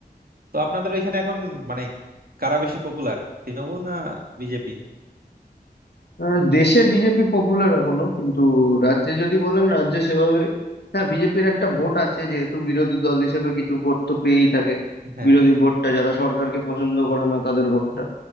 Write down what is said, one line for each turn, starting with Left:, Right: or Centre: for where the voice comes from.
Right: তো আপনাদের ওইখানে এখন মানে কারা বেশি পপুলার তৃণমূল না বিজেপি
Left: আহ, দেশে বিজেপি পপুলার এখনো কিন্তু রাজ্যে যদি বলেন রাজ্যে সেভাবে হ্যাঁ বিজেপির একটা ভোট আছে যেহেতু বিরোধী দল হিসেবে কিছু ভোট তো পেয়েই থাকে
Right: হ্যাঁ
Left: বিরোধী ভোটটা যারা সরকারকে পছন্দ করে না তাদের ভোটটা